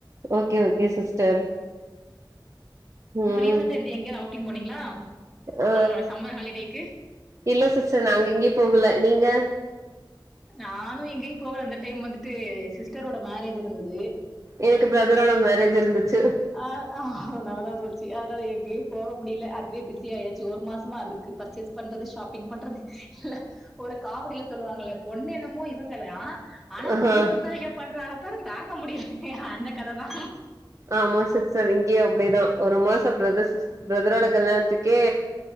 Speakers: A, on the right; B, in the centre.
A: ஓகே ஓகே சிஸ்டர் ம்
B: இப்ப ரீசண்டா எங்கயாவது அவுட்டிங் போனீங்களா
A: ஆ
B: நம்ம சம்மர் ஹாலிடேக்கு?
A: இல்ல சிஸ்டர் நாங்க எங்கயு போகல நீங்க
B: நானு எங்கயு போகல அந்த டைம் வந்துட்டு சிஸ்டரோட மேரேஜ் இருந்தது
A: எனக்கு பிரதரோட மேரேஜ் இருந்துச்சு
B: ஆ நல்லாதா போச்சு அதனால எங்கயும் போக முடியல அதுவே பிஸி ஆயாச்சு ஒரு மாசமா அதுக்கு பர்ச்சஸ் பண்றது ஷாப்பிங் பண்றது இல்ல ஒரு காமடியில சொல்லுவாங்க பொண்ணு என்னமோ இவங்கதா ஆனா
A: ஆஹ
B: கூட இருக்குறவிங்க பண்ற அலப்பர தாங்க முடியல அந்த கத தா
A: ஆமா சிஸ்டர் இங்கயு அப்டிதா ஒரு மாசம பிரதர்ஸ் பிரதரோட கல்யாணத்துக்கே